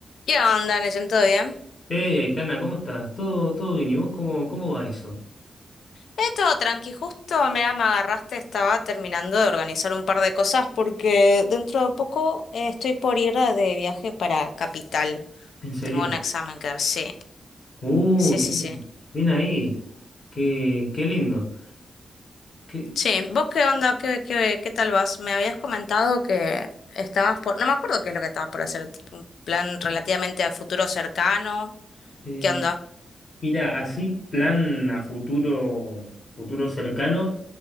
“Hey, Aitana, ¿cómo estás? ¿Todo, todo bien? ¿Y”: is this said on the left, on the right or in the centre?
Left